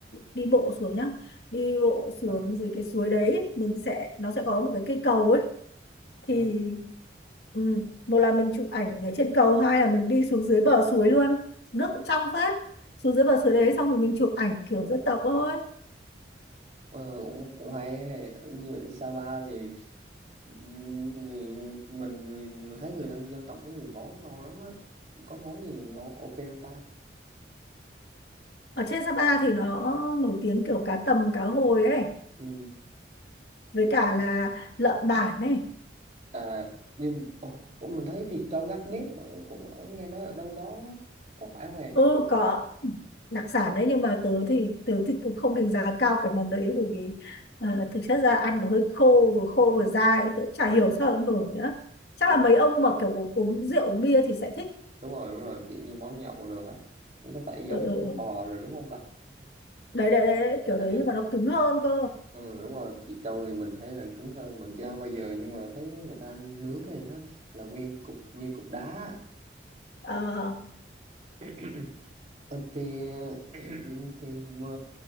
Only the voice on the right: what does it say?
ờ,
ờ,
ờ, cũng cũng hay hay. như ở Sapa thì ừ, người, người mình người mình thấy người dân dân tộc có nhiều món ngon lắm á có món gì ngon ok không ta
ừ.
à nhưng ủa, cũng mình thấy thịt trâu gác bếp ở, cũng ở nghe nói ở đâu đó có phải không hề
ừ.
Ờ,
mình
đúng rồi đúng rồi kiểu như món nhậu rồi á nó phải
giống
cua
bò rồi đúng không ta
à
ừ, đúng rồi thịt trâu thì mình thấy là cứng hơn mình chưa ăn bao giờ nhưng mà thấy người ta nướng lên á là nguyên cục như cục đá
<clears throat> Ừ, thì <clears throat> thì ờ,